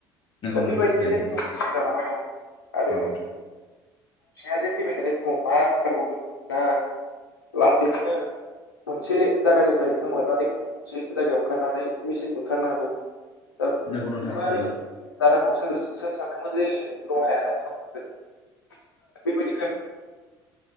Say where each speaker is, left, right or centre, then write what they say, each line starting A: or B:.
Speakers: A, on the left; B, on the left.
A: नंगौ
B: दा
A: नोंथां
B: बेबायदियैनो
A: थारैनो
B: जोबोद इजि जालांबाय दंव आरो
A: औ
B: फसयाजे फैबाय थानाय समाव मा ओंखारबावगोन मा फाल्स इदिनो मोनसे जायगानिफ्राय गोमोरनानै गुबुन मोनसे जायगायाव ओंखारनानै मेसिनबो ओंखारनो हागौ। दा
A: नंगौ नोंथां
B: बेबो
A: थारैनो
B: डाटाखौ सोर- सोर सानदोंमोन जे लहायानो बेबायदिनो